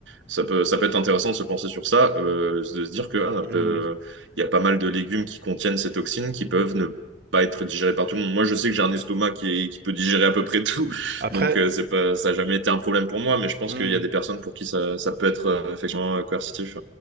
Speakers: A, on the right; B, on the right.
A: ça peut, ça peut être intéressant de se penser sur ça, euh, de se dire que ah,
B: Hmm.
A: peu- il y a pas mal de légumes qui contiennent ces toxines qui peuvent ne pas être digérées par tout le monde. Moi, je sais que j'ai un estomac qui, est- qui peut digérer à peu près tout, <laughs>
B: Après.
A: donc euh, c'est pas, ça n'a jamais été un problème pour moi, mais je pense
B: mmh,
A: qu'il y a des personnes pour qui ça, ça peut être euh, effectivement euh, coercitif.